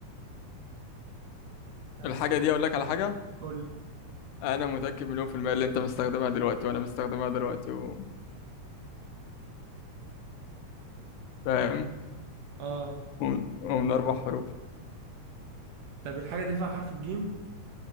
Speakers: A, on the right; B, on the left.
A: طب
B: الحاجة دي أقول لك على حاجة
A: قول لي
B: أنا متأكد مليون في المية اللي أنت مستخدمها دلوقتي وأنا مستخدمها دلوقتي و... فاهم
A: أه
B: ومن... ومن أربع حروف
A: طب الحاجة دي فيها حرف الجيم